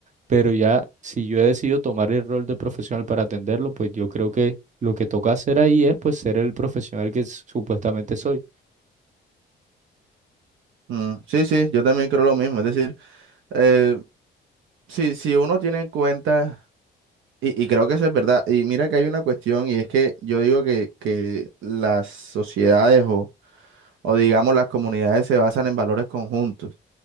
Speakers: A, on the right; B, on the right.
A: pero ya si yo he decidido tomar el rol de profesional para atenderlo, pues yo creo que lo que toca hacer ahí es pues ser el profesional que s- supuestamente soy.
B: Mm, sí, sí, yo también creo lo mismo. Es decir, eh, si, si uno tiene en cuenta, y, y creo que eso es verdad, y mira que hay una cuestión, y es que yo digo que, que las sociedades o, o digamos las comunidades se basan en valores conjuntos.